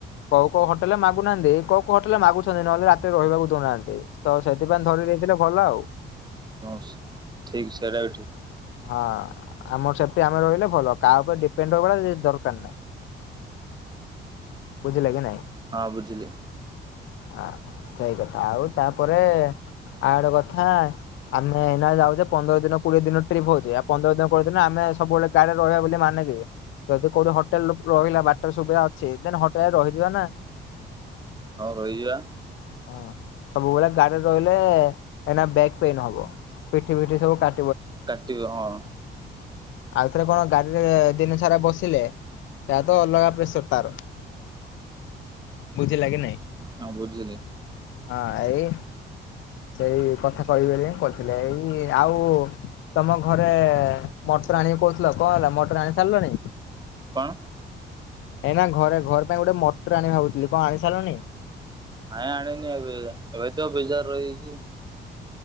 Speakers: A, on the left; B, on the right.
A: କୋଉ କଉ ହୋଟେଲ ମାଗୁନାନ୍ତି କଉ କଉ ହୋଟେଲରେ ମାଗୁଛନ୍ତି ନହେଲେ ରାତିରେ ରହିବାକୁ ଦଉନାହାନ୍ତି। ତ ସେଥିପାଇଁ ଧରି ଦେଇଥିଲେ ଭଲ ଆଉ।
B: ହ ଠିକ ସେଟାଇଠିକ।
A: ହଁ ଆମର ସେଫ୍ଟି ଆମେ ରହିଲେ ଭଲ କାହା ଉପରେ ଡିପେଣ୍ଡ ରହିବ ଦରକାର ନାହିଁ। ବୁଝିଲକି ନାଇଁ।
B: ହଁ ବୁଝିଲି।
A: ହ ସେଇ କଥା ଆଉ ତାପରେ ଆଡ କଥା ଆମେ ଏଇନା ଯାଉଛେ ପନ୍ଦର ଦିନ କୋଡିଏ ଦିନ ଟ୍ରିପ୍ ହଉଛି ଆ ପନ୍ଦର ଦିନ କଡିଏ ଦିନ ଆମେ ସବୁବେଳେ। ଗାରେ ରହିବା ବୋଲି ମାନେ କି? ଯଦି କୋଉଠି ହୋଟେଲ ରହିଲା ବାଟରେ ସୁବିଧା ଅଛି ଦେ ହୋଟେଲରେ ରହିଯିବା ନା।
B: ହଁ ରହିଯିବା।
A: ହଁ ସବୁବେଳେ ଗାଡିରେ ରହିଲେ ଏନା ବ୍ୟାକ୍ ପେନ ହବ ପିଠି ପିଠି ସବୁ କା
B: କାଟିବ ହଁ
A: ଆଉଥରେ କଣ ଗାଡିରେ ଦିନ ସାରା ବସିଲେ ସେ ତ ଅଲଗା ପ୍ରେସର ତାର ବୁଝ ଲାଗେ ନାଇଁ।
B: ହଁ ବୁଝିଲି।
A: ହଁ ଏଇ ସେଇ କଥା କହିବ କହିଥିଲେ ଏଇ ଆଉ ତମ ଘରେ ମଟର ଆଣିକି କହୁଥିଲ କଣ ହେଲା ମଟର ଆଣି ସାରିଲଣି।
B: କଣ?
A: ଏଇନା ଘରେ ଘର ପାଇଁ ଗୋଟେ ମଟର ଆଣି ଭାବୁଥିଲି କଣ ଆଣି ସାରିଲଣି?
B: ନାଇଁ ଆଣିନି ଏବେ ଏବେ ତ ବେଜାର ରହିଛି।